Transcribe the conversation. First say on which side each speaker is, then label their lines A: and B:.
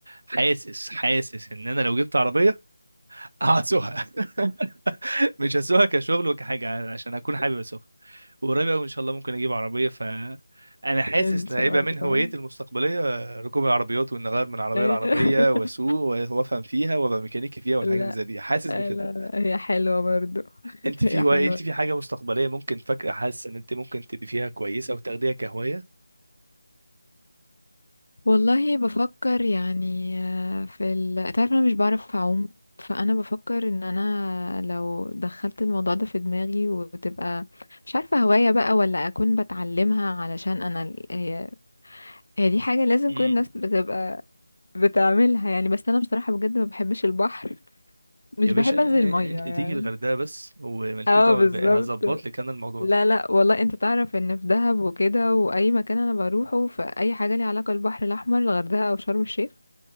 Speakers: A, on the right; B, on the left.
A: حاسس حاسس إن أنا لو جبت عربية هسوقها <laughs> مش هسوقها كشغل وكحاجة عشان أكون حابب أسوقها وقريب أوي إن شاء الله ممكن أجيب عربية ف أنا
B: <laughs>
A: حاسس
B: ان شاء
A: إن هيبقى من
B: الله
A: هواياتي المستقبلية آه، ركوب العربيات وإن أغير من عربية
B: <laughs>
A: لعربية وأسوق و- وأفهم فيها وأبقى ميكانيكي فيها والحاجات
B: لا
A: اللي زي دي حاسس
B: لا
A: بكده
B: لا هي حلوة برضو
A: انت
B: <laughs> هي
A: في هواية
B: حلوة
A: انت في حاجة مستقبلية ممكن فاكرة حاسة ان انت ممكن تبقي فيها كويسة وتاخديها كهواية
B: والله بفكر يعني آه، في ال... تعرف انا مش بعرف اعوم فانا بفكر ان انا لو دخلت الموضوع ده في دماغي وتبقى مش عارفة هواية بقى ولا اكون بتعلمها علشان انا ال- هي هي دي حاجة لازم
A: امم
B: كل الناس بتبقى بتعملها يعني بس انا بصراحة بجد ما بحبش البحر مش
A: يا باشا
B: بحب
A: ا-
B: انزل المية
A: انت
B: يعني
A: تيجي الغردقة بس ومالكيش
B: اه
A: دعوة
B: بالظبط
A: بالباقي هظبط لك انا الموضوع
B: لا
A: ده
B: لا والله انت تعرف ان في دهب وكده واي مكان انا بروحه فاي حاجة ليها علاقة بالبحر الاحمر الغردقة او شرم الشيخ